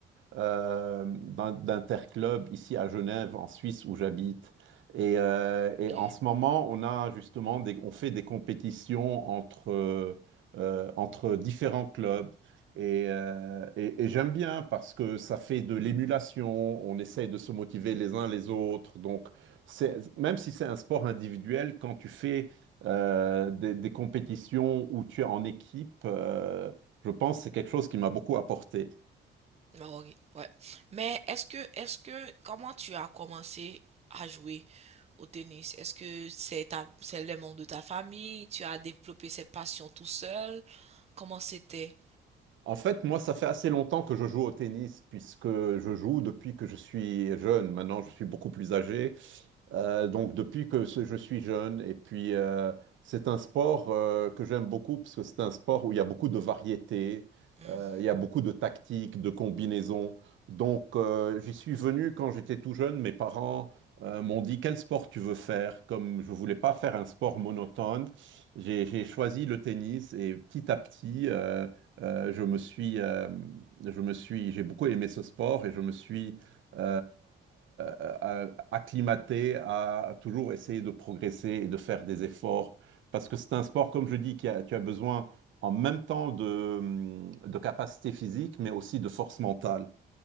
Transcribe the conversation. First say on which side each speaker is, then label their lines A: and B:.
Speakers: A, on the right (about 75°); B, on the right (about 30°).
A: euh, d'un- d'interclub ici à Genève, en Suisse, où j'habite. Et, euh, et
B: ok.
A: en ce moment, on a justement des- on fait des compétitions entre, euh, entre différents clubs. Et, euh, et- et j'aime bien parce que ça fait de l'émulation, on essaye de se motiver les uns les autres. Donc, c'est- même si c'est un sport individuel, quand tu fais euh, des, des compétitions où tu es en équipe, euh, je pense que c'est quelque chose qui m'a beaucoup apporté.
B: Hmm, ah, ok, ouais. Mais est-ce que, est-ce que, comment tu as commencé à jouer au tennis? Est-ce que c'est ta, c'est les membres de ta famille? Tu as développé cette passion tout seul? Comment c'était?
A: En fait, moi, ça fait assez longtemps que je joue au tennis, puisque je joue depuis que je suis jeune. Maintenant, je suis beaucoup plus âgé. Euh, donc depuis que ce- je suis jeune, et puis euh, c'est un sport euh, que j'aime beaucoup parce que c'est un sport où il y a beaucoup de variétés,
B: Hmm,
A: euh,
B: hmm.
A: il y a beaucoup de tactiques, de combinaisons. Donc euh, j'y suis venu quand j'étais tout jeune, mes parents euh, m'ont dit quel sport tu veux faire. Comme je voulais pas faire un sport monotone, j'ai j'ai choisi le tennis et petit à petit euh, euh, je me suis, euh, je me suis, j'ai beaucoup aimé ce sport et je me suis euh, euh, à- acclimaté à toujours essayer de progresser et de faire des efforts. Parce que c'est un sport, comme je dis, qui a- tu as besoin en même temps de, hum, de capacité physique, mais aussi de force mentale.